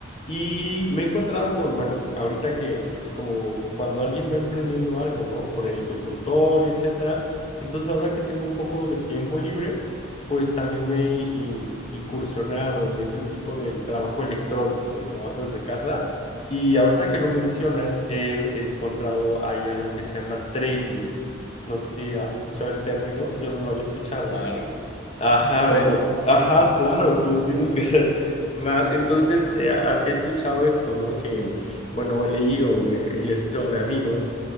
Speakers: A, on the left; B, on the left.
A: Y me he encontrado con, bueno, ahorita que, pues como cuando alguien va emprendiendo algo, ¿no? Por el consultorio, etcétera. Entonces, ahora que tengo un poco de tiempo libre, pues también me he in- incursionado en este tipo del trabajo electrónico, el trabajo desde casa. Y ahorita que lo mencionas, he encontrado, hay algo que se llama trading. No sé si has escuchado el término, yo no lo había escuchado
B: Claro,
A: Ajá,
B: el trading.
A: bueno, ajá,
B: <laughs>
A: claro, tú tienes que ser mal. Entonces, eh, a- he escuchado esto, ¿no? Que, bueno, he leído me- y he escuchado de amigos